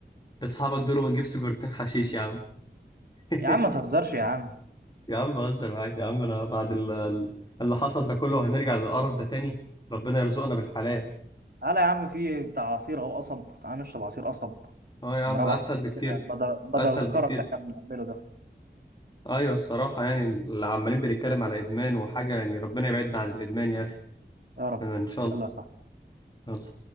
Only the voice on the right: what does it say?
يا عم ما تهزرش يا عم
تعالى يا عم في بتاع عصير اهو قصب تعالى نشرب عصير قصب
نروق
عن نفسنا
بدل بدل
الخرا
اللي احنا بنعمله ده
يا رب
يلا
يا صاحبي